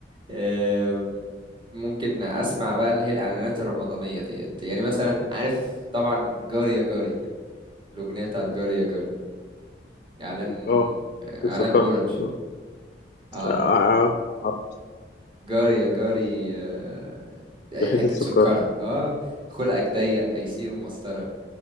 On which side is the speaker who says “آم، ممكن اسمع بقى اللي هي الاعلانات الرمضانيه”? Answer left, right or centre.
Right